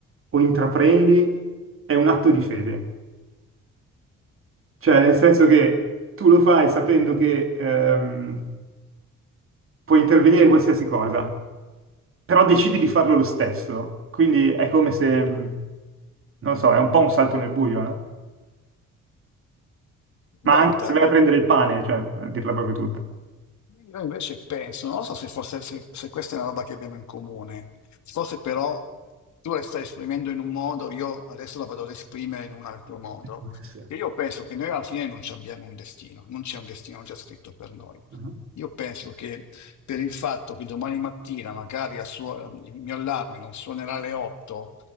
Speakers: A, on the right (about 45°); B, on the left (about 70°).
A: o intraprendi è un atto di fede. Cioè, nel senso che tu lo fai sapendo che ehm, puoi intervenire in qualsiasi cosa, però decidi di farlo lo stesso. Quindi è come se, mh, non so, è un po' un salto nel buio, no? Ma
B: Guarda.
A: anche se vai a prendere il pane, cioè, a dirla proprio tutta.
B: Io invece penso, non so se fosse, se, se questa è una roba che abbiamo in comune, forse però tu la stai esprimendo in un modo, io adesso la vado ad esprimere in un altro modo,
A: Eh, può essere.
B: che io penso che noi alla fine non ci abbiamo un destino, non c'è un destino già scritto per noi.
A: Mhm.
B: Io penso che per il fatto che domani mattina magari a suo- il mio allarme non suonerà alle 8,